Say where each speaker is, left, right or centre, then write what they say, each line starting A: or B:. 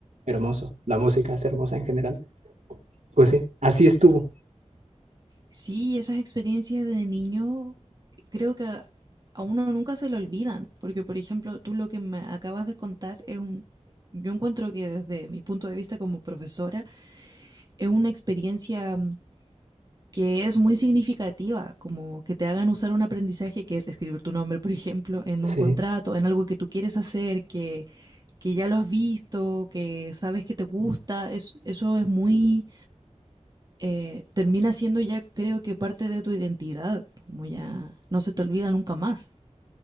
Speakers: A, on the right; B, on the right.
A: hermoso, la música es hermosa en general. Pues sí, así estuvo,
B: Sí, esas experiencias de niño creo que a a uno nunca se le olvidan, porque por ejemplo, tú lo que me acabas de contar es un, yo encuentro que desde mi punto de vista como profesora es una experiencia mm, que es muy significativa, como que te hagan usar un aprendizaje que es escribir tu nombre, por ejemplo, en
A: sí,
B: un contrato, en algo que tú quieres hacer, que que ya lo has visto, que sabes que te gusta, es, eso es muy, eh, termina siendo ya creo que parte de tu identidad, como ya no se te olvida nunca más.